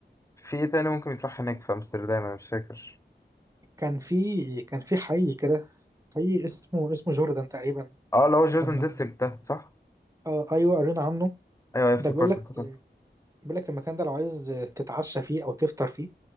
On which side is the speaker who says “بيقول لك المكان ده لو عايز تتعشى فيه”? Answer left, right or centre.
Right